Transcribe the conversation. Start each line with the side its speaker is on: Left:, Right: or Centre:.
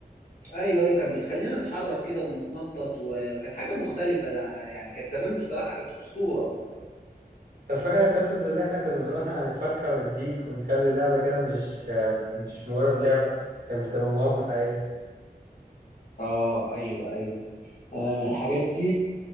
Left: ايوه ايوه كانت بتخلينا نتحرك كده ونتنطط و- وكانت حاجه مختلفه يعني كانت زمان بصراحه كانت اسطوره
Right: طب فاكر القصص اللي احنا كنا بنقولها عن الفرخة والديك ونخلي اللعبة كده مش مش مجرد لعبة كانت بتبقى مغامرة حقيقية
Left: اه ايوه ايوه آه الحاجات دي